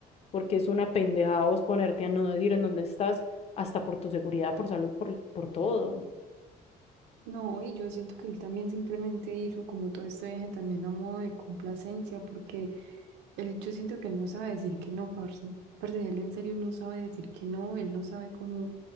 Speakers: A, on the left; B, on the right.
A: porque es una pendejada vos ponerte a no decir en dónde estás, hasta por tu seguridad, por salud, por, por todo.
B: No, y yo siento que él también simplemente hizo como todo este viaje también a modo de complacencia, porque Él, yo siento que él no sabe decir que no, parce. Parce, él en serio no sabe decir que no, él no sabe cómo